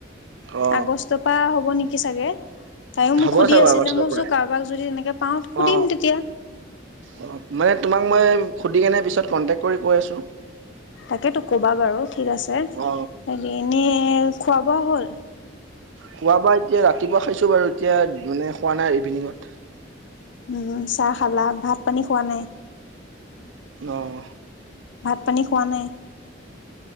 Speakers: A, on the right (about 90°); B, on the left (about 75°).
A: অ
B: আগষ্টৰ পৰা হ'ব নেকি? থাকি চাগে তাইো মোক
A: হ'ব
B: সুধি
A: চাগৈ
B: আছিলে
A: আগষ্টৰ
B: মই
A: পৰাই
B: কাৰোবাক যদি তেনেকে পাওঁ সুধিম
A: অ
B: তেতিয়া।
A: অ মানে তোমাক মই সুধি কেনে পিছত কন্টেক্ট কৰি কৈ আছোঁ।
B: তাকেতো কবা বাৰু ঠিক আছে
A: অ
B: এনেই এনেই খোৱা -বোৱা হ'ল?
A: খোৱা বোৱা এতিয়া ৰাতিপুৱা খাইছোঁ বাৰু এতিয়া মান খোৱা নাই ইভিনিঙত।
B: উম চাহ খালা, ভাত -পানী খোৱা নাই।
A: অহ
B: ভাত -পানী খোৱা নাই।